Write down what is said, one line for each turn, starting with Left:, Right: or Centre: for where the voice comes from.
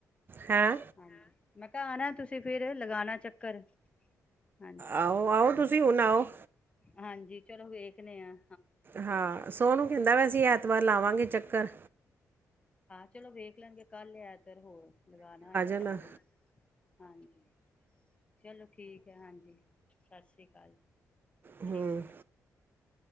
Right: ਹੈਂ।
Left: ਹਾਂਜੀ, ਮੈਂ ਕਯਾ ਆਣਾ ਤੁਸੀਂ ਫਿਰ ਲਗਾਣਾ ਚੱਕਰ। ਹਾਂਜੀ
Right: ਆਓ ਆਓ ਤੁਸੀਂ ਹੁਣ ਆਓ।
Left: ਹਾਂਜੀ, ਚਲੋ ਵੇਖਣੇ ਆਂ।
Right: ਹਾਂ, ਸੋਨੂ ਕਹਿੰਦਾ ਪਿਆ ਸੀ ਐਤਵਾਰ ਲਾਵਾਂਗੇ ਚੱਕਰ।
Left: ਹਾਂ ਚਲੋ ਵੇਖ ਲਾਂਗੇ ਕੱਲ ਲੈਜ ਰ ਹੋਰ ਲਗਾਨਾ ਹੋਏਗਾ। ਤੇ
Right: ਹਨਾ‌।
Left: ਆ ਜਾਣ ਹਾਂਜੀ, ਚਲੋ ਠੀਕ ਹੈ। ਹਾਂਜੀ, ਸਤ ਸ਼੍ਰੀ ਕਾਲ।
Right: ਹੂੰ
Left: ਠੀਕ।